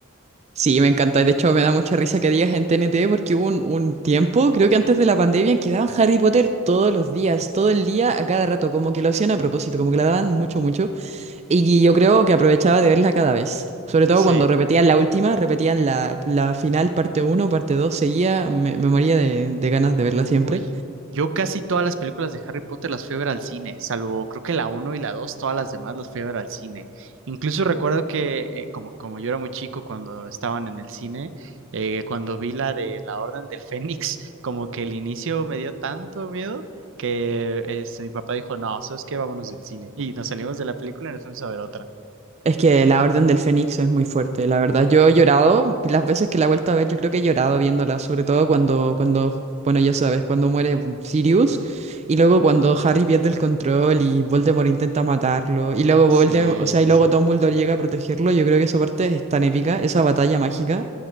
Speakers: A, on the right; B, on the right.
A: Sí, me encanta. De hecho, me da mucha risa que digas en TNT porque hubo un, un tiempo, creo que antes de la pandemia, en que daban Harry Potter todos los días, todo el día, a cada rato, como que lo hacían a propósito, como que la daban mucho, mucho. Y yo creo que aprovechaba de verla cada vez. Sobre todo
B: Sí.
A: cuando repetían la última, repetían la, la final, parte uno, parte 2, seguía, me, me moría de, de ganas de verla
B: Uy,
A: siempre.
B: yo casi todas las películas de Harry Potter las fui a ver al cine, salvo creo que la uno y la 2, todas las demás las fui a ver al cine. Incluso recuerdo que eh, como, como yo era muy chico cuando estaban en el cine, eh, cuando vi la de la Orden del Fénix, como que el inicio me dio tanto miedo que este, mi papá dijo, no, ¿sabes qué? Vámonos del cine. Y nos salimos de la película y nos fuimos a ver otra.
A: Es que la Orden del Fénix es muy fuerte, la verdad. Yo he llorado, las veces que la he vuelto a ver, yo creo que he llorado viéndola, sobre todo cuando, cuando, bueno, ya sabes, cuando muere Sirius y luego cuando Harry pierde el control y Voldemort intenta matarlo y luego
B: Sí,
A: Voldemort, o sea,
B: sí,
A: y luego
B: sí.
A: Dumbledore llega a protegerlo, yo creo que esa parte es tan épica, esa batalla mágica